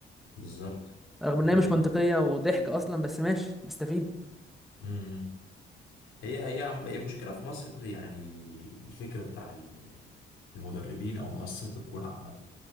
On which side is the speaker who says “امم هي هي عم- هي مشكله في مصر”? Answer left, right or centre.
Left